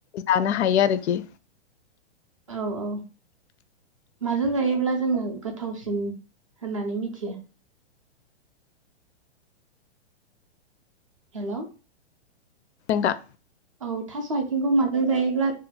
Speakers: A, on the left; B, on the right.
A: जानो हायो आरोखि।
B: औ औ। माजों जायोब्ला जोङो गोथावसिन होननानै मिथियो? हेल'।
A: नोंथां
B: औ थास' आइथिंखौ माजों जायोब्ला